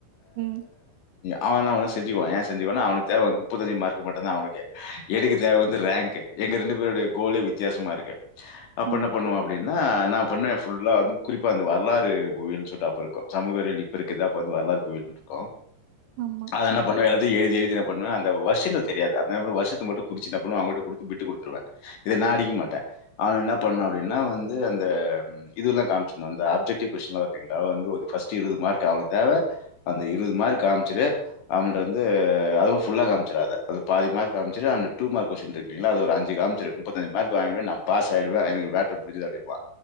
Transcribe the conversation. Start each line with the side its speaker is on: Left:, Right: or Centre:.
Right: ம்
Left: அவெ என்ன பண்ணுவா செஞ்சுக்வா ஏ செஞ்சுக்குவானா அவனுக்கு தேவ நுப்பத்தஞ்சி மார்க்கு மட்டுதா அவனுக்கு எனக்கு தேவ வந்து ரேங்க்கு எங்க ரெண்டு பேரோடைய கோலே வித்தியாசமா இருக்கு அப்ப
Right: ம்.
Left: என்ன பண்ணுவோ அப்பிடின்னா நா பண்ண ஃபுல்லா குறிப்பா அந்த வரலாறு பூவியல் சொல்ட்டு அப்ப இருக்கு சமூக அறிவியல் இப்ப இருக்குது அப்ப வந்து வரலாறு பூவியல் சொல்லீட்டு இருக்கு
Right: ஆமா
Left: அது என்ன பண்ணுவ எல்லாத்தையு எழுதி எழுதி என்ன பண்ணுவ அந்த வருஷங்கள் தெரியாது அதுனால அப்புறோ வருஷத்த மட்டு குருச்சு என்ன பண்ணுவ அவங்க கிட்ட குடுத்து பிட்டு குடுத்துருவ இத நா அடிக்க மாட்ட அவ என்ன பண்ணு அப்டின்னா வந்து அந்த ம் ம் இதுல்லா காமுச்சுன்னு வந்த ஆப்ஜெக்டிவ் கொஸ்டின் எல்லா பாத்துருக்கீங்களா வந்து ஒரு ஃபஸ்ட் இருவது மார்க்கு அவுனுக் தேவ அந்த இருவது மார்க் காமுச்சுரு அவன்ட்ட வந்து அது ஃபுல்லா காமுச்சுறாத அதுல பாதி மார்க் காமுச்சுட்டு அந்த டூ மார்க் கொஸ்டீன் இருக்கு இல்லைங்களா அது ஒரு அஞ்சு காமுச்சுரு முப்பத்தஞ்சு மார்க் வாங்கிருவ நாம் பாஸ் ஆயிடுவ எனக்கு மேட்ரு புருஞ்சுது அப்டின்பா